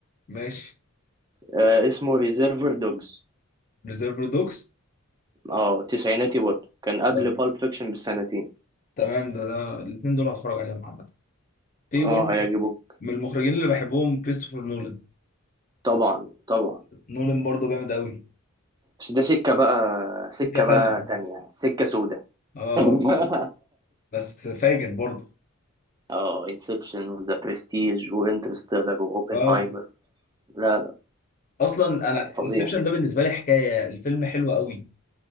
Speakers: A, on the left; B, on the right.
A: ماشي
B: آه، اسمه ريزيرفر دوجز
A: ريزيرف دوكس
B: اه تسعيناتي برضه كان قبل
A: طب،
B: بالب فيكشن بسنتين
A: تمام ده ده الاثنين دول هتفرج عليهم عامه في
B: اه
A: برضه
B: هيعجبوك
A: من المخرجين اللي بحبهم كريستوفر نولان
B: طبعا طبعا
A: نولان برضه جامد قوي
B: بس ده سكة بقى سكة
A: سكه تانيه
B: بقى تانية سكة سودة
A: اه
B: <laughs>
A: بس فاجر برضه
B: اه انسبشن وذا برستيج وانترستيلر واوبنهايمر
A: اه
B: لا لا
A: اصلا انا
B: فظيع
A: انسبشن ده بالنسبه لي حكايه الفيلم حلو قوي